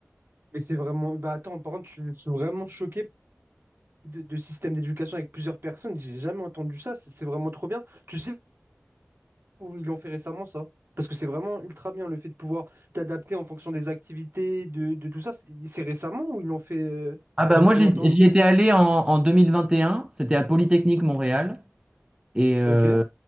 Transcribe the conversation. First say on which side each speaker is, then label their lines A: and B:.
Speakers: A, on the right; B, on the right.
A: Mais c'est vraiment. Bah attends, par contre, je suis vraiment choqué de, de système d'éducation avec plusieurs personnes. J'ai jamais entendu ça. C'est c'est vraiment trop bien. Tu sais où ils l'ont fait récemment, ça? Parce que c'est vraiment ultra bien le fait de pouvoir t'adapter en fonction des activités, de, de tout ça. C'est c'est récemment ou ils l'ont fait euh,
B: Ah bah
A: depuis
B: moi, j'y
A: longtemps?
B: j'y étais allé en, en 2021, c'était à Polytechnique Montréal. Et, euh,
A: Ok.